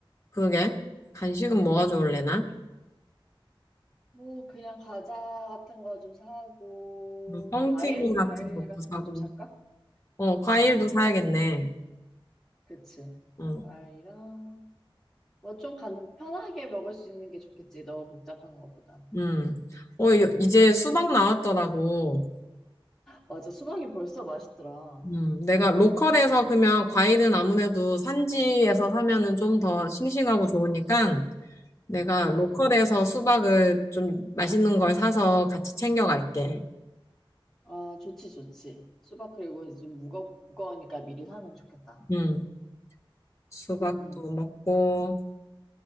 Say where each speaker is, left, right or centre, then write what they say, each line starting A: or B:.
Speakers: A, on the left; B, in the centre.
A: 그러게. 간식은 뭐가 좋을래나?
B: 뭐, 그냥 과자 같은 거 좀 사고,
A: 음, 뻥튀기
B: 과일?
A: 같은
B: 과일
A: 것도
B: 같은
A: 사고,
B: 거 좀 살까?
A: 어, 과일도
B: 응,
A: 사야겠네.
B: 그치.
A: 어,
B: 과일이랑, 뭐 좀 간, 편하게 먹을 수 있는 게 좋겠지. 너무 복잡한 거보단.
A: 음. 어, 요- 이제 수박
B: 응, 응.
A: 나왔더라고.
B: 맞아. 수박이 벌써 맛있더라.
A: 음, 내가 로컬에서
B: 응,
A: 그러면 과일은 아무래도 산지에서 사면은 좀 더 싱싱하고 좋으니까 내가
B: 응.
A: 로컬에서
B: 응.
A: 수박을 좀 맛있는 걸 사서 같이 챙겨갈게.
B: 아, 좋지, 좋지. 수박 그리고 이제 좀 무거, 무거우니까 미리 사면 좋겠다.
A: 음, 수박도
B: 응, 응.
A: 먹고